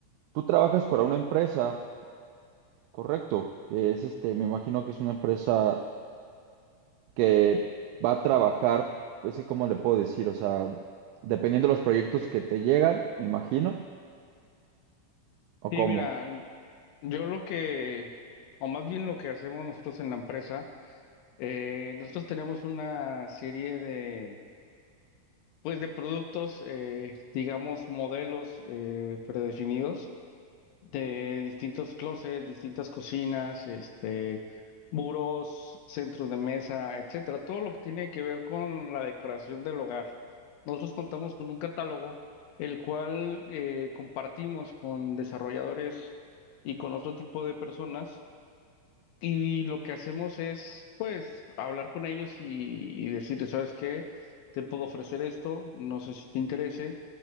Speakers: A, on the right; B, on the left.
A: tú trabajas para una empresa, correcto, que es este, me imagino que es una empresa que va a trabajar, pues sí cómo le puedo decir, o sea, dependiendo de los proyectos que te llegan, me imagino, o
B: Sí,
A: cómo.
B: mira, yo lo que, o más bien lo que hacemos nosotros en la empresa, eh, nosotros tenemos una serie de, pues de productos, eh, digamos, modelos eh, predefinidos de distintos closets, distintas cocinas, este, muros, centros de mesa, etcétera, todo lo que tiene que ver con la decoración del hogar. Nosotros contamos con un catálogo el cual eh, compartimos con desarrolladores y con otro tipo de personas y lo que hacemos es pues hablar con ellos y, y decirles, ¿sabes qué? Te puedo ofrecer esto, no sé si te interese